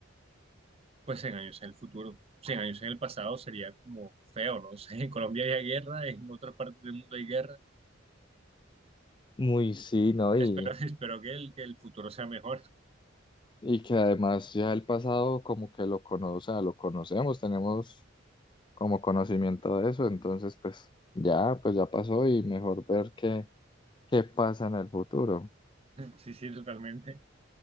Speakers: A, on the right; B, on the left.
A: pues 100 años en el futuro, 100 años en el pasado sería como feo, ¿no? <laughs> O sea, en Colombia hay guerra, en otras partes del mundo hay guerra.
B: Muy sí, ¿no? Y
A: Espero, <laughs> espero que el, que el futuro sea mejor. <laughs>
B: Y que además ya el pasado como que lo cono, o sea, lo conocemos, tenemos como conocimiento de eso, entonces pues ya, pues ya pasó y mejor ver qué, qué pasa en el futuro.
A: Sí, sí, totalmente,